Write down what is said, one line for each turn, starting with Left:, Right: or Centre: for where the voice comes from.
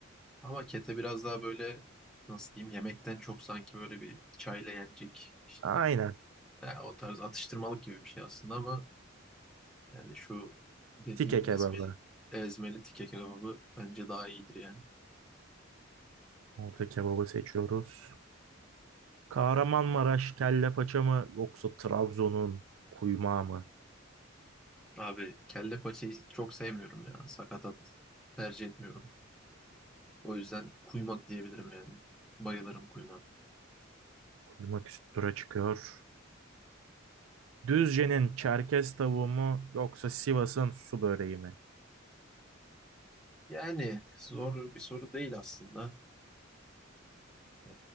Centre: Ama kete biraz daha böyle nasıl diyeyim yemekten çok sanki böyle bir çayla yenecek işte
Right: Aynen.
Centre: ya o tarz atıştırmalık gibi bir şey aslında ama yani şu dediğin
Right: Tike
Centre: ezmeli,
Right: kebabı.
Centre: ezmeli tike kebabı bence daha iyidir yani.
Right: Orta kebabı seçiyoruz. Kahramanmaraş kelle paça mı? Yoksa Trabzon'un kuymağı mı?
Centre: Abi kelle paçayı çok sevmiyorum ya. Sakatat tercih etmiyorum. O yüzden kuymak diyebilirim yani. Bayılırım kuymağa.
Right: Kuymak üst tura çıkıyor. Düzce'nin Çerkez tavuğu mu? Yoksa Sivas'ın su böreği mi?
Centre: Yani zor bir soru değil aslında. Ee,